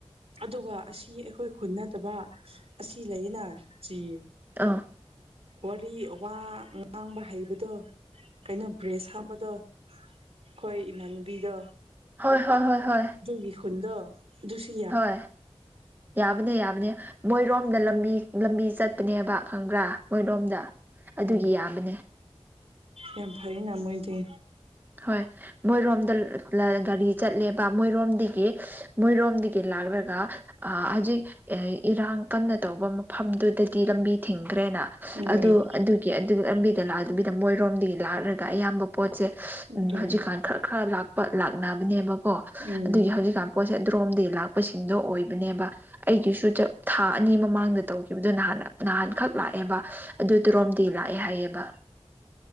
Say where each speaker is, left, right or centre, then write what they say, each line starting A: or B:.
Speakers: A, on the right; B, on the right.
A: ꯑꯗꯨꯒ ꯑꯁꯤ ꯑꯩꯈꯣꯏ ꯈꯨꯟ ꯅꯠꯇꯕ ꯑꯁꯤ ꯂꯩꯌꯦꯅ ꯆ
B: ꯑꯥ
A: ꯋꯥꯔꯤ ꯋꯥ ꯉꯥꯡꯕ ꯍꯩꯕꯗꯣ ꯀꯩꯅꯣ ꯕ꯭ꯔꯦꯖ ꯍꯥꯞꯄꯗꯣ ꯑꯩꯈꯣꯏ ꯏꯃꯥꯟꯅꯕꯤꯗꯣ
B: ꯍꯣꯏ ꯍꯣꯏ ꯍꯣꯏ ꯍꯣꯏ
A: ꯒꯤ ꯈꯨꯨꯟꯗꯣ ꯑꯗꯨ ꯁꯤ
B: ꯍꯣꯏ ꯌꯥꯕꯅꯤ ꯌꯥꯕꯅꯦ ꯃꯣꯏꯔꯣꯝꯗ ꯂꯝꯕꯤ ꯂꯝꯕꯤ ꯆꯠꯄꯅꯦꯕ ꯈꯪꯒ꯭ꯔꯥ ꯃꯣꯏꯔꯣꯝꯗ ꯑꯗꯨꯒꯤ
A: ꯑꯣꯝ
B: ꯌꯥꯕꯅꯦ
A: ꯌꯥꯝ ꯐꯩ ꯅ ꯃꯣꯏꯗꯤ
B: ꯍꯣꯏ ꯃꯣꯏꯔꯣꯝꯗ ꯒꯥꯔꯤ ꯆꯠꯂꯦꯕ ꯃꯣꯏꯔꯣꯝꯗꯒꯤ ꯃꯣꯏꯔꯣꯝꯗꯒꯤ ꯂꯥꯛꯂꯒ ꯍꯧꯖꯤꯛ ꯏꯔꯥꯡ ꯀꯟꯅ ꯇꯧꯕ ꯃꯐꯝꯗꯨꯗꯗꯤ ꯂꯝꯕꯤ ꯊꯤꯡꯈ꯭ꯔꯦꯅ
A: ꯎꯝ
B: ꯑꯗꯨ ꯑꯗꯨꯒꯤ ꯑꯗꯨꯒꯤ ꯂꯝꯕꯤꯗ ꯂꯥꯛꯑ ꯑꯗꯨꯕꯤꯗ ꯃꯣꯏꯔꯣꯝꯗꯒꯤ ꯂꯥꯛꯂꯒ ꯑꯌꯥꯝꯕ ꯄꯣꯠꯁꯦ
A: ꯑꯗꯨꯅꯤ
B: ꯍꯧꯖꯤꯛꯀꯥꯟ ꯈꯔ ꯈꯔ ꯂꯥꯛꯄ ꯂꯥꯛꯅꯕꯅꯦꯕꯀꯣ
A: ꯎꯝ
B: ꯑꯗꯨꯒꯤ ꯍꯧꯖꯤꯛꯀꯥꯟ ꯄꯣꯠꯁꯦ ꯗ꯭ꯔꯣꯝꯗ ꯂꯥꯛꯄꯁꯤꯡꯗꯣ ꯑꯣꯏꯕꯅꯦꯕ ꯑꯩꯒꯤꯁꯨ ꯊꯥ ꯑꯅꯤ ꯃꯃꯥꯡꯗ ꯇꯧꯈꯤꯕꯗꯨꯣ ꯅꯍꯥꯟꯅ ꯅꯍꯥꯟꯈꯛ ꯂꯥꯛꯑꯦꯕ ꯑꯗꯨ ꯇꯔꯣꯝꯗꯤ ꯂꯥꯛꯑꯦ ꯍꯥꯏꯌꯦꯕ